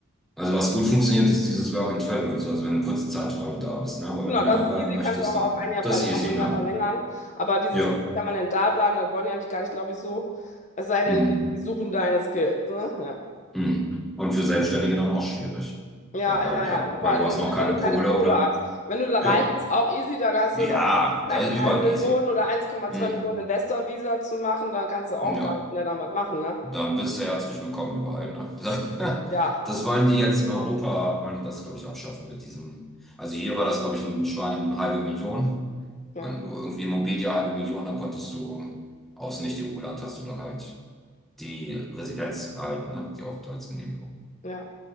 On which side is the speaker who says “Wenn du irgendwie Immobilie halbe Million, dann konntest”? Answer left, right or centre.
Centre